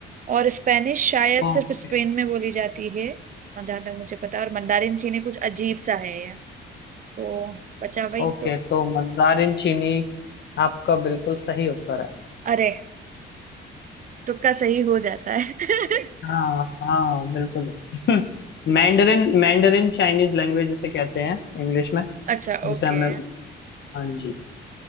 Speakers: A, on the right; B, on the left.
A: और स्पेनिश शायद
B: ओके
A: सिर्फ स्पेन में बोली जाती है और जहां तक मुझे पता है और मंदारिन चीनी कुछ अजीब सा है ये तो बचा वही
B: ओके
A: तो
B: तो मंदारिन चीनी आपका बिल्कुल सही उत्तर है
A: अरे तुक्का सही हो जाता है <laughs>
B: हाँ हाँ बिल्कुल <laughs> मैंडरिन मैंडरिन चाइनीज लैंग्वेज जिसे कहते हैं इंग्लिश में
A: अच्छा
B: जिसे
A: ओके
B: हमें हाँ जी